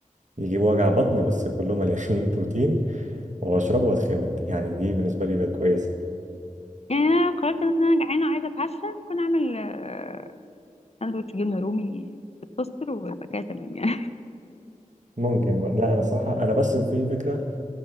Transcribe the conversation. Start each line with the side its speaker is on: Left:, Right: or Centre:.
Right: يجيبوا وجع بطن بس كلهم مليانين بروتين واشربه واتخمد يعني دي بالنسبه لي بقت كويسه
Left: أنا لو قررت مثلا أنا جعانة وعايزة أتعشى ممكن أعمل آه، ساندوتش جبنة رومي في التوستر ويبقى كده تمام يعني <laughs>
Right: ممكن لا انا صراحه انا بس في فكره